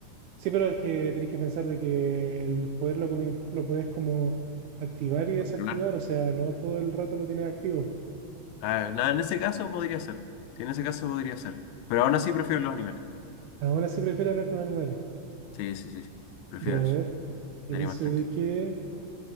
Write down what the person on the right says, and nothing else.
Sí, pero es que tenés que pensar de que el poder lo, comi- lo puedes como activar y desactivar,
o sea, no todo el rato lo tienes activo.
Ahora sí prefiero hablar con animales.
Y a
ver, y
dice
de que